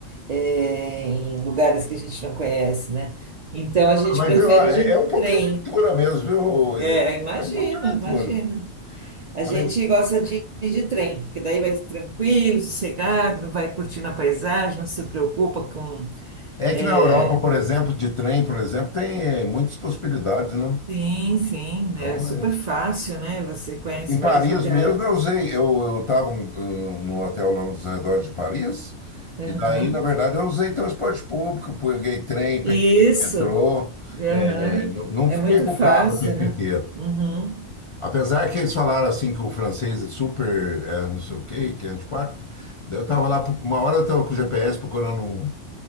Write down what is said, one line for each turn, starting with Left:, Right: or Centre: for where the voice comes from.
Right: é, em lugares que a gente não conhece, né? Então a gente
Left: Mas
Right: prefere
Left: olha,
Right: de
Left: é é um pouco
Right: trem.
Left: de aventura mesmo, viu,
Right: É,
Left: Inês?
Right: imagina,
Left: É um pouco de aventura.
Right: imagina. A
Left: Mas
Right: gente gosta de ir de trem, porque daí vai tranquilo, sossegado, não vai curtindo a paisagem, não se preocupa com.
Left: é
Right: é,
Left: que na Europa, por exemplo, de trem, por exemplo, tem eh, muitas possibilidades, né?
Right: Sim, sim,
Left: Então,
Right: né, é super
Left: é-
Right: fácil, né? Você conhece
Left: em
Right: vários
Left: Paris
Right: lugares.
Left: mesmo, eu usei. Eu estava no hotel lá nos arredores de Paris,
Right: Aham.
Left: e daí, na verdade, eu usei transporte público, peguei trem, peguei
Right: Isso,
Left: metrô,
Right: aham.
Left: eh, não não
Right: É
Left: fiquei
Right: muito
Left: com
Right: fácil,
Left: o carro o tempo
Right: né?
Left: inteiro.
Right: Uhum.
Left: Apesar que eles falaram assim que o francês é super, é, não sei o quê, que é antipático, daí eu tava lá, pro- uma hora eu tava com o GPS procurando um,